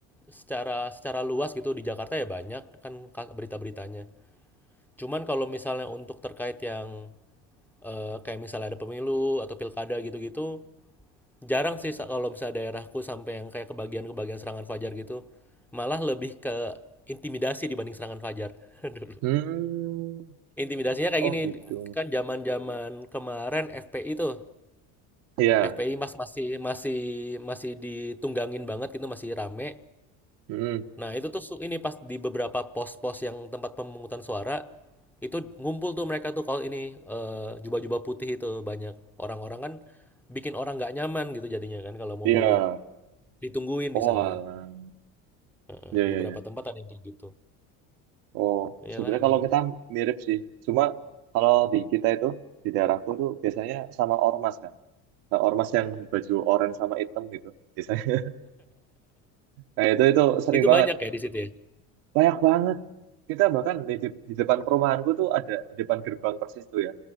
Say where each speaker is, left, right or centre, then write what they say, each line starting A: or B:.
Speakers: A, in the centre; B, on the right (about 70°).
A: secara secara luas gitu di Jakarta ya banyak kan ka- berita-beritanya. Cuman kalau misalnya untuk terkait yang eh, kayak misalnya ada pemilu atau pilkada gitu-gitu, jarang sih sa- kalau misalnya daerahku sampai yang kayak kebagian-kebagian serangan fajar gitu. Malah lebih ke intimidasi dibanding serangan fajar <laughs> dulu.
B: Hmm.
A: Intimidasinya kayak
B: Oh
A: gini,
B: gitu.
A: kan zaman-zaman kemarin FPI tuh,
B: Iya.
A: FPI mas masih masih masih ditunggangin banget gitu, masih rame.
B: Mm-mm.
A: Nah, itu tuh su- ini pas di beberapa pos-pos yang tempat pemungutan suara itu ngumpul tuh mereka tuh kalau ini eh, jubah-jubah putih itu banyak orang-orang kan bikin orang nggak nyaman gitu jadinya kan kalau mau
B: Iya.
A: milih ditungguin
B: Oh,
A: di sana.
B: alah.
A: Heeh,
B: Ya, ya,
A: beberapa
B: ya.
A: tempat ada yang kayak gitu.
B: Oh,
A: Iyalah
B: sebenarnya
A: emang.
B: kalau kita
A: <laughs>
B: mirip sih. Cuma kalau di kita itu, di daerahku tuh biasanya sama ormas kan. Nah, ormas yang baju oranye sama hitam gitu. Biasanya. <laughs> Nah, itu itu sering
A: itu
B: banget.
A: banyak ya di situ ya.
B: Banyak banget. Kita bahkan di, di- di depan perumahanku tuh ada, di depan gerbang persis tuh ya.